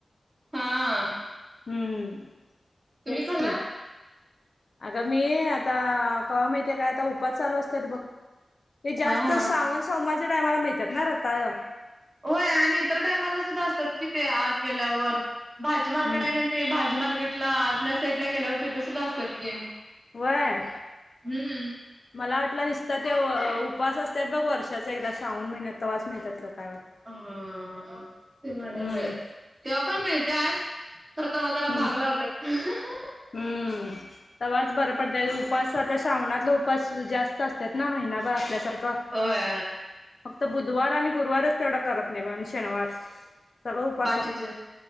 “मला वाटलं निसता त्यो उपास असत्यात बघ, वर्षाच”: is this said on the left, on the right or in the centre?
Left